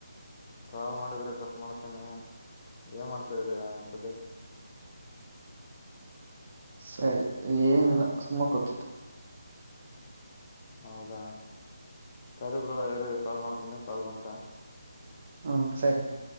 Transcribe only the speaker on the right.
ಸರಿ ಏನಿಲ್ಲ
ಸುಮ್ಮ ಕ ಗೊತ್ತ
ಹ್ಮ್ ಸರಿತಾ